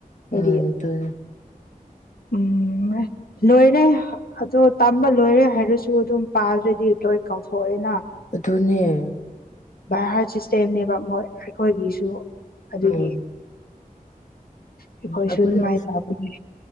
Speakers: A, on the left; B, on the left.
A: ꯍꯥꯏꯗꯤ
B: ꯎꯝ
A: ꯎꯝ ꯂꯣꯏꯔꯦ ꯑꯗꯣ ꯇꯝꯕ ꯂꯣꯏꯔꯦ ꯍꯥꯏꯔꯁꯨ ꯑꯗꯨꯝ ꯄꯥꯗ꯭ꯔꯗꯤ ꯂꯣꯏ ꯀꯥꯎꯊꯣꯛꯑꯦꯅ
B: ꯑꯗꯨꯅꯦ
A: ꯚꯏ ꯍꯥꯔ꯭ꯗ ꯁꯤꯁꯇꯦꯝꯅꯦꯕ ꯃꯣꯏ ꯑꯩꯈꯣꯏꯒꯤꯁꯨ ꯑꯗꯨꯒꯤ
B: ꯎꯝ
A: ꯑꯩꯈꯣꯏꯁꯨ
B: ꯎꯝ ꯑꯩꯈꯣꯏꯅꯥ
A: ꯑꯗꯨꯃꯥꯏꯅ ꯇꯧꯕꯅꯤ